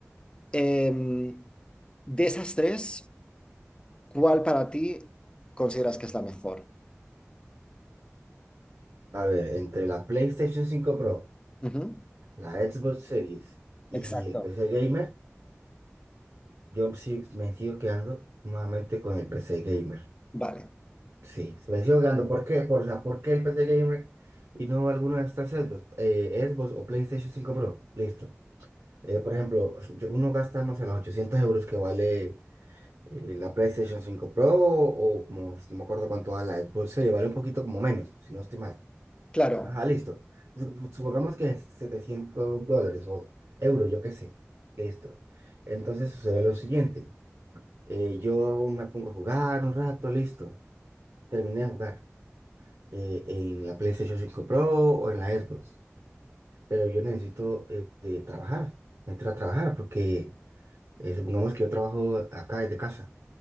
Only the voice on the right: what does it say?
A ver, entre la PlayStation cinco Pro,
la Xbox Series y
el PC Gamer. Yo sí me sigo quedando nuevamente con el PC Gamer.
Sí, se me sigo quedando. ¿Por qué? Por, la, ¿por qué el PC Gamer y no alguna de estas Xbox, eh, Xbox o PlayStation cinco Pro? Listo. Eh, por ejemplo, yo- uno gasta, no sé, los 800 euros que vale eh, la PlayStation cinco Pro o, como, no me acuerdo cuánto vale la Xbox Series, vale un poquito como menos, si no estoy mal.
Ajá, listo. Sup- Supongamos que es 700 dólares o euros, yo qué sé. Listo. Entonces sucede lo siguiente. Eh, yo me pongo a jugar un rato, listo. Terminé de jugar eh, en la PlayStation cinco Pro o en la Xbox. Pero yo necesito eh, eh, trabajar, entrar a trabajar porque eh, supongamos que yo trabajo acá desde casa,